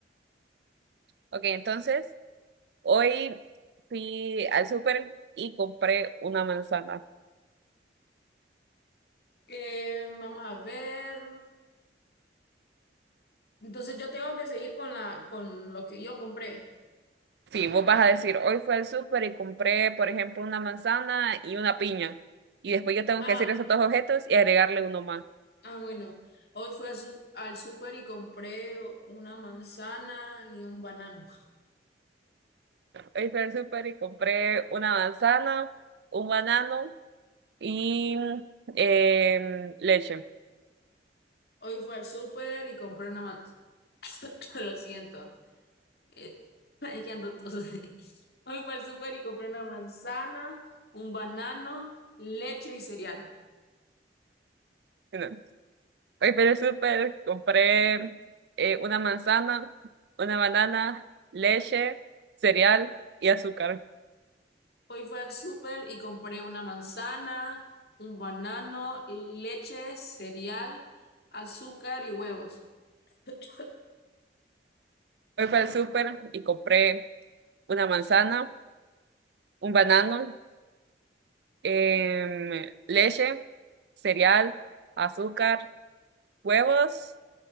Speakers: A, on the right (about 65°); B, on the left (about 60°).
A: Ok, entonces Hoy fui al súper y compré una manzana.
B: Eh, vamos a ver. Entonces yo tengo que seguir con la, con lo que yo compré.
A: Sí, vos vas a decir, hoy fui al súper y compré, por ejemplo, una manzana y una piña. Y después yo tengo
B: Ah,
A: que decir esos dos objetos y agregarle uno más.
B: Ah, bueno, hoy fui a su- al súper y compré una manzana y un banano.
A: Hoy fui al súper y compré una manzana, un banano y em, leche.
B: Hoy fui al súper y compré una manzana. <coughs> Lo siento, eh, <laughs> es que ando tos. <laughs> Hoy fui al súper y compré una manzana, un banano, leche y cereal.
A: No. Hoy fui al súper, compré eh, una manzana, una banana, leche, cereal y azúcar.
B: Hoy fui al súper y compré una manzana, un banano, leche, cereal, azúcar y huevos. <coughs>
A: Hoy fui al súper y compré una manzana, un banano, em, leche, cereal, azúcar, huevos